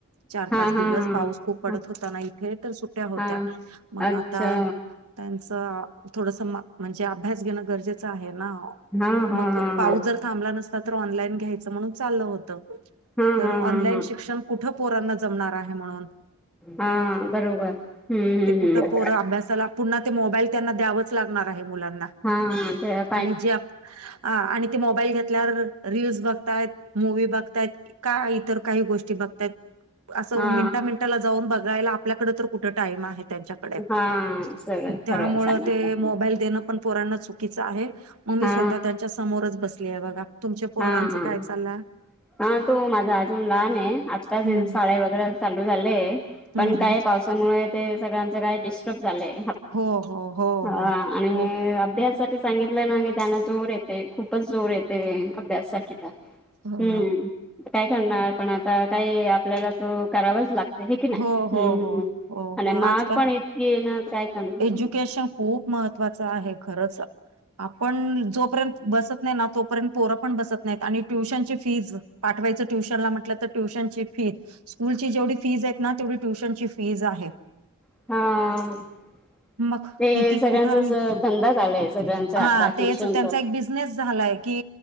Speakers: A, on the right (about 85°); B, in the centre.
A: चार
B: हा
A: पाच दिवस
B: हा हा
A: पाऊस खूप पडत
B: ह
A: होता, ना इथे तर सुट्या होत्या.
B: हा
A: मग
B: अच्छा.
A: आता त्यांचं थोडस म्हणजे, अभ्यास घेणं गरजेचं आहे ना.
B: हा हा
A: मग
B: हा
A: पाऊस
B: हा
A: जर, थांबला नसता. ऑनलाइन घ्यायचं म्हणून चाललं होतं,
B: हा
A: तर
B: हा
A: ऑनलाईन
B: हा हा
A: शिक्षण कुठे पोरांना. जमणार आहे म्हणून,
B: हा बरोबर हम्म हम्म
A: ते कुठे
B: हम्म
A: पोर अभ्यासाला. पुन्हा ते मोबाईल त्यांना, द्यावच लागणार आहे मुलांना.
B: हा ते आप.
A: आणि जे आणि ते मोबाईल घेतल्यावर, रीलल्स बघताय मूवी बघता येत. का इतर काही, गोष्टी बघत्यात. असं
B: हा
A: मिनटा, मिनिटाला जाऊन बघायला. आपल्याकडे तर कुठं? टाईम आहे. त्यांच्याकडे,
B: हा सगळं
A: त्यामुळे
B: खरं सांगितलं
A: ते मोबाईल देणं पण. पोरांना चुकीच आहे मग मी,
B: हा
A: स्वतः त्यांच्या समोरच बसली आहे बघा. तुमच्या पोरांचं
B: हा हा
A: काय? चालां.
B: हा. तो माझा अजून लहान आहे. आत्ताच.
A: हम्म
B: शाळे वगैरे चालू झालं आहे.
A: हम्म
B: पण काय
A: हम्म
B: पावसामुळे ते, सगळ्यांचं काय डिस्टर्ब झालंय.
A: हो हो हो
B: हां..
A: हो
B: आणि
A: हो
B: अभ्यासाठी. सांगितलं ना त्यांना जोर येते, खूपच जोर येते अभ्याससाठी तर.
A: हो
B: हम्म. काय करणार पण आता, काही आपल्याला तो करावाच लागत. हे की नाही
A: हो हो
B: हम्म.
A: हो हो
B: आणि
A: हो
B: म्हाग
A: आजकाल
B: पण इेतकी ना काय करणार.
A: एज्युकेशन खूप महत्त्वाच आहे. खरंच आपण जोपर्यंत बसतं. नाही तोपर्यंत पोर पण बसत नाहीत, आणि ट्युशन ची फीज पाठवायच ट्युशनला म्हटलं तर. ट्यूशनची फीज स्कूलची जेवढी फीज आहेत ना, तेवढी ट्युशनची फीज आहे.
B: हा.
A: मग
B: ते
A: किती
B: सगळ्यांचाच
A: कुठं आणि
B: धंदाच झालंय, सगळ्यांचा
A: हा
B: आता क्यूशनच.
A: तेच त्यांचा एक बिझनेस झालाय की